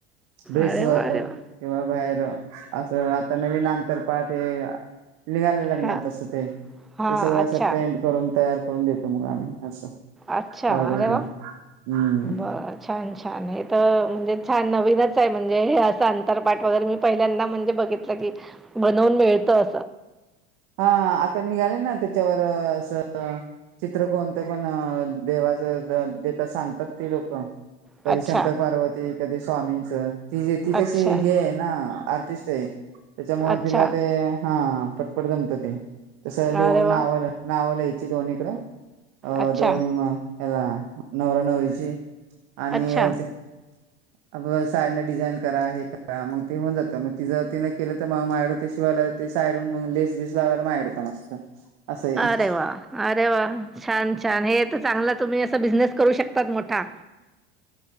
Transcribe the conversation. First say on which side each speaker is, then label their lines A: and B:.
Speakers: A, on the right; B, in the centre.
A: ड्रेसवर
B: अरे वा अरे वा
A: किंवा बाहेर <inaudible> असं आता नवीन अंतर पाट हे <unintelligible>
B: हां हां अच्छा. अच्छा!
A: ऑर्डर
B: अरे
A: घेऊन
B: वाह!
A: हम्म
B: बर छान! छान! नाही म्हणजे अंतरपाट वगैरे पहिल्यांदा म्हणजे बघितलं बनवून मिळतं
A: हा.. आता निघालय ना त्यांच्या वर असं चित्र कोणतं पण देवाचं देतात, सांगतात ती लोकं. कधी
B: अच्छा,
A: शंकर पार्वती, कधी स्वामींच, ती ती कशी
B: अच्छा,
A: हे आहे ना आर्टिस्ट आहे, त्याच्यामुळे
B: अच्छा.
A: तिला ते हा पटपट जमत ते. तसं लिहून
B: अरे वाह!
A: नावंल नाव लिहायची दोन्हीकडं. अ
B: अच्छा.
A: दोन हयाला नवरा नवरीची आणि
B: अच्छा.
A: अ साईडनं डिझाईन करा, हे करा, मग ते होऊन जातं. मग तिजं तिने केलं तर मग माझ्याकडे ते शिवाय ते साईडून मग लेस बीस लावायला माझ्याकडं काम असतं. असं आहे
B: अरे वा! अरे वा! छान! छान! एक चांगला, तुम्ही असा बिझनेस करू शकतात मोठा.